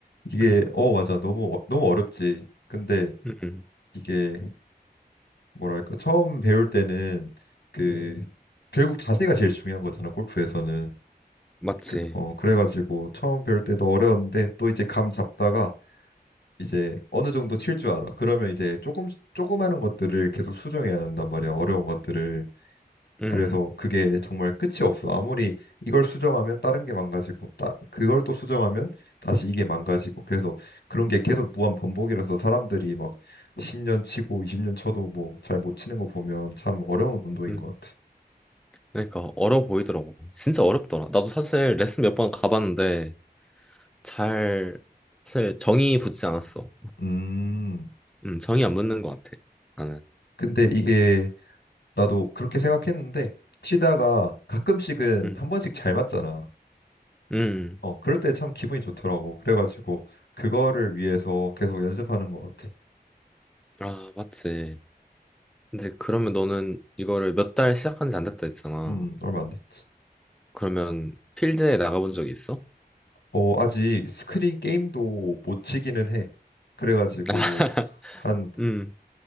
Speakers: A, on the left (about 85°); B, in the centre.
A: 이게
B: <clears throat>
A: 어 맞아 너무 어- 너무 어렵지 근데
B: 음, 음.
A: 이게 뭐랄까 처음 배울 때는 그 결국 자세가 제일 중요한 거잖아 골프에서는
B: 맞지.
A: 그, 어 그래가지고 처음 배울 때도 어려웠는데 또 이제 감 잡다가 이제 어느 정도 칠 줄 알아 그러면 이제 조금 조금 하는 것들을 계속 수정해야 한단 말이야 어려운 것들을
B: 음.
A: 그래서 그게 정말 끝이 없어. 아무리 이걸 수정하면 다른 게 망가지고, 따, 그걸 또 수정하면 다시 이게 망가지고. 그래서 그런 게 계속 무한 반복이라서 사람들이 막 10년 치고 20년 쳐도 뭐 잘 못 치는 거 보면 참 어려운 운동인
B: 음,
A: 것 같아.
B: 그러니까 어려워 보이더라고. 진짜 어렵더라. 나도 사실 레슨 몇 번 가봤는데 잘 사실 정이 붙지 않았어.
A: 음,
B: 음, 정이 안 붙는 것 같아. 나는.
A: 근데 이게 나도 그렇게 생각했는데 치다가 가끔씩은
B: 음,
A: 한 번씩 잘 맞잖아.
B: 음,
A: 어, 그럴 때 참 기분이 좋더라고. 그래가지고 그거를 위해서 계속 연습하는 것 같아.
B: 아, 맞지. 근데 그러면 너는 이거를 몇 달 시작한 지 안 됐다 했잖아.
A: 음, 얼마 안 됐지.
B: 그러면 필드에 나가본 적이 있어?
A: 어, 아직 스크린 게임도 못 치기는 해. 그래가지고
B: <laughs>
A: 한
B: 음,